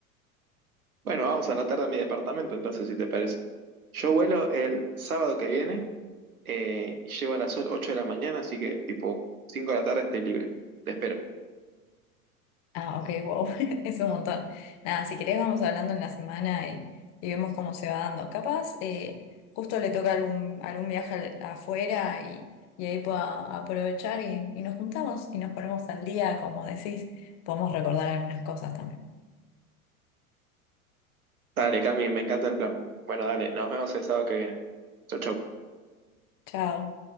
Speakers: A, on the right (about 75°); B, on the left (about 35°).
A: Bueno, vamos a la tarde a mi departamento, entonces, si te parece. Yo vuelo el sábado que viene. eh, y llego a las 8 de la mañana, así que tipo 5 de la tarde estoy libre. Te espero.
B: Ah, ok, wow, <laughs> es un montón. Nada, si querés vamos hablando en la semana y, y vemos cómo se va dando. Capaz, eh, justo le toca algún, algún viaje al- afuera y, y ahí pueda aprovechar y, y nos juntamos y nos ponemos al día, como decís, podemos recordar algunas cosas también.
A: Dale, Cami, me encanta el plan. Bueno, dale, nos vemos el sábado que viene. Chau, chau.
B: Chao.